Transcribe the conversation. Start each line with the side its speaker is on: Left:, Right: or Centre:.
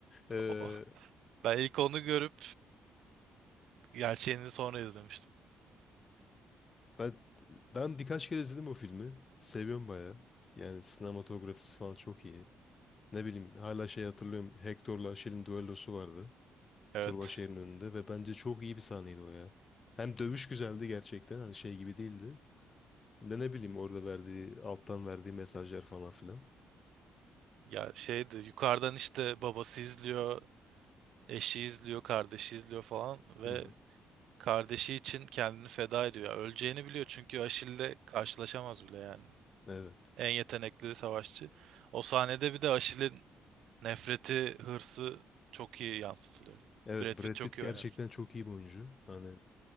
Left: e,
Right: O- <laughs> Ben ilk onu görüp gerçeğini sonra izlemiştim.
Left: Ben ben birkaç kere izledim o filmi. Seviyorum bayağı. Yani sinematografisi falan çok iyi. Ne bileyim hala şey hatırlıyorum. Hector'la Aşil'in düellosu vardı.
Right: Evet.
Left: Turba Turbaşehir'in önünde ve bence çok iyi bir sahneydi o ya. Hem dövüş güzeldi gerçekten hani şey gibi değildi. Hem de ne bileyim orada verdiği alttan verdiği mesajlar falan filan.
Right: Ya şeydi yukarıdan işte babası izliyor, eşi izliyor, kardeşi izliyor falan ve
Left: Hı hı.
Right: kardeşi için kendini feda ediyor. Ya Öleceğini biliyor çünkü Aşil'le karşılaşamaz bile yani.
Left: Evet.
Right: En yetenekli savaşçı. O sahnede bir de Aşil'in nefreti, hırsı çok iyi yansıtılıyor.
Left: Evet
Right: Brad Pitt
Left: Brad
Right: çok
Left: Pitt gerçekten
Right: iyi oynamış.
Left: çok iyi bir oyuncu. Hani